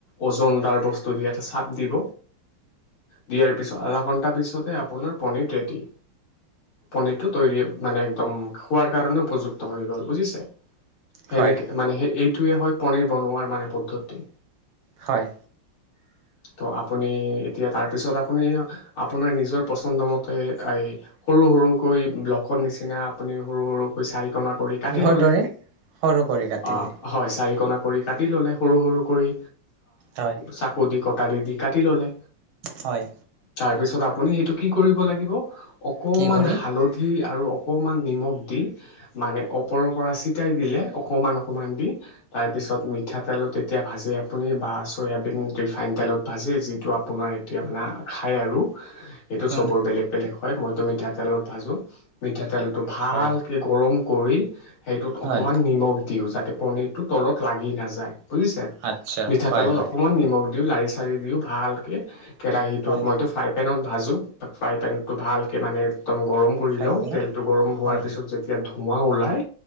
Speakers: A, on the left (about 80°); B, on the right (about 75°).
A: ওজন দাৰ বস্তু দি এটা চাপ দিব। দিয়াৰ পিছত আধা ঘণ্টা পিছতে আপোনাৰ পণীৰ ৰেডি পণীতো তৈৰী মানে একদম খোৱাৰ কাৰণে উপযুক্ত হৈ গ'ল বুজি সেনেকে
B: হয়
A: মানে এই হয়, পনীৰ বনোৱাৰ মানে পদ্ধতি
B: হয়।
A: <inaudible> তো আপুনি এতিয়া তাৰপিছত আপুনি আপোনাৰ নিজৰ পচন্দমতে এই সৰু ৰ সৰুকৈ ব্লকত নিচিনা আপুনি সৰু সৰুকৈ চা ৰি কোণা কৰি কাটি
B: কিহৰ
A: ল'লে
B: দৰে সৰু কৰি কাটিলে
A: অ' হয় চাৰি কোণা কৰি কাটি ল'লে সৰু সৰু কৰি
B: হয়
A: চাকু দি কটাৰি দি দি কাটি ল'লে,
B: হয়
A: তাৰপিছত আপুনি সেইটো কি কৰিব লাগিব। অকণমান
B: কি কৰি
A: হালধি আৰু অকণমান নিমখ দি মানে ওপৰৰ পৰা চেতিয়াই দিলে অকমান অকমান দি তাৰপিছত মিঠাতেল তেতিয়া ভাজে আপুনি বা চয়াবিন ৰিফাইন তেলত ভাজে যিটো আপোনাৰ এতিয়া মানে খাই আৰু সেইটো চবৰে
B: উম
A: বেলেগে বেলেগে হয়। মইতো মিঠাতেলত ভাজোঁ মিঠাতেলটো ভাল
B: হয়
A: গৰম কৰি সেইটোত অকণমান
B: হয়
A: নিমখ দিওঁ যাতে পনীৰটো তলত লাগি নাযায়। বুজিছে
B: আচ্ছা
A: মিঠাতেলত
B: হয় হয়
A: অকমান নিমখ দিওঁ লাৰি চাৰি দিওঁ ভালকে কেৰাহীটোত
B: হয়
A: মইতো ফ্ৰাই পেনত ভাজোঁ ফ্ৰাই পেনটো ভালকৈ মানে একদম গৰম কৰি
B: ফ্ৰাই
A: লওঁ,
B: পেনত
A: তেলটো গৰম হোৱাৰ
B: হয়
A: পিছত যেতিয়া ধোৱা ওলাই